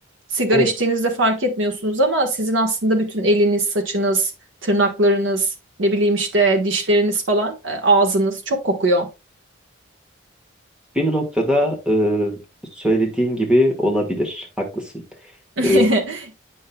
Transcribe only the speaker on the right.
sigara
içtiğinizde fark etmiyorsunuz ama sizin aslında bütün eliniz, saçınız, tırnaklarınız, ne bileyim işte dişleriniz falan, e, ağzınız çok kokuyor.
<laughs>